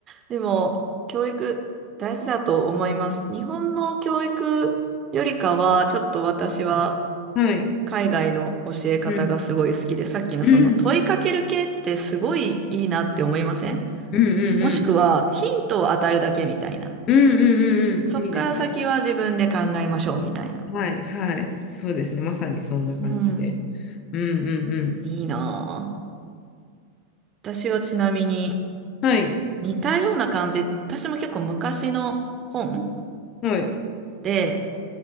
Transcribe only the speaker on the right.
でも、教育、大事だと思います。日本の教育よりかは、ちょっと私は、
海外の教え方がすごい好きで、
さっきのその問いかける系ってすごいいいなって思いません
もしくはヒントを与えるだけみたいな。
そっから先は自分で考えましょうみたいな。
うん。
いいなぁ。私はちなみに
似たような感じ、私も結構昔の本
で、